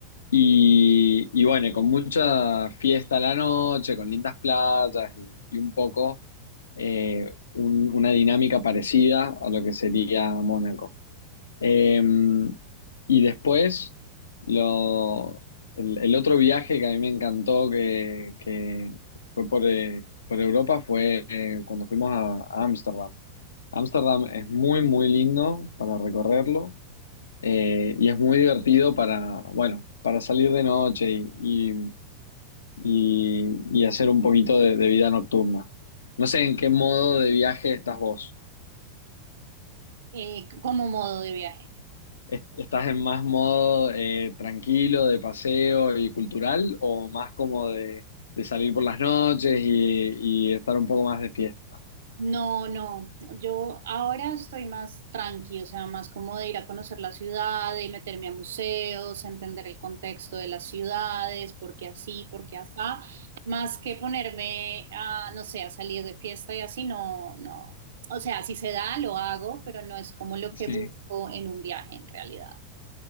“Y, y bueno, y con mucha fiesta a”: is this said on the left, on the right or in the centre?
Left